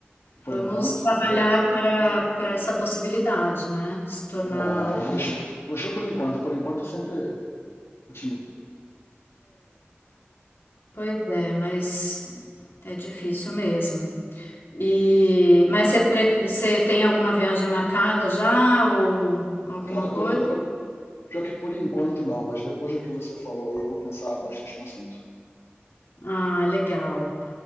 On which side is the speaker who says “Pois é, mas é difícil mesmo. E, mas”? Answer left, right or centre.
Left